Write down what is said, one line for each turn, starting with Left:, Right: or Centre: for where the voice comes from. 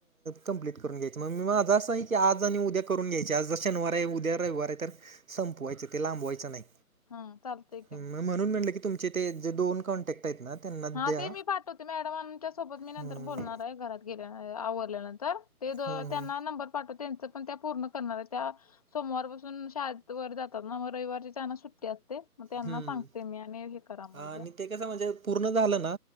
Right: कम्प्लीट करून घ्यायच मग मी माझं असं आहे की आज आणि उद्या करून घ्यायच आज शनिवार आहे उद्या रविवार तर संपवायचं ते लांबवायचं नाही
Left: हम् चालतय कि
Right: मग म्हणून म्हटलं की तुमचे तेे दोन कॉन्टॅक्ट आहेत ना त्यांना
Left: हा
Right: द्या
Left: ते मी पाठवते मॅडमच्या सोबत मी नंतर
Right: हम्म
Left: बोलणार आहे घरात गेल्या आवरल्यानंतर तर ते
Right: हम्म
Left: त्यांना नंबर पाठव त्यांच पण त्या पूर्ण करणार त्या सोमवार पासून शाळेत वर जातात ना मग रविवारची चना सुट्टी असते मग त्यांना
Right: हम्म
Left: सांगते मी आणि हे करा म
Right: आणि
Left: उद्या
Right: ते कस म्हणजे पूर्ण झालं ना